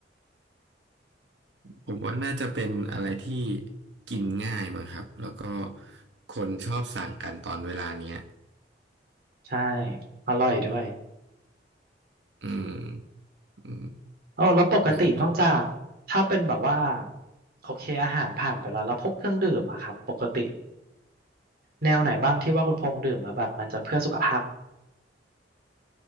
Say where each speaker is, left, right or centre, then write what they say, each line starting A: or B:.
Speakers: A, on the right; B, on the right.
A: ผมว่าน่าจะเป็นอะไรที่กินง่ายมั้งครับแล้วก็คนชอบสั่งกันตอนเวลาเนี้ย
B: ใช่อร่อยด้วย
A: อืมอืม
B: เออแล้วปกตินอกจากถ้าเป็นแบบว่า
A: แล้ว
B: โอเคอาหารผ่านไปแล้วแล้วพวกเครื่องดื่มอะครับปกติแนวไหนบ้างที่ว่าคุณพงษ์ดื่มแล้วแบบมันจะเพื่อสุขภาพ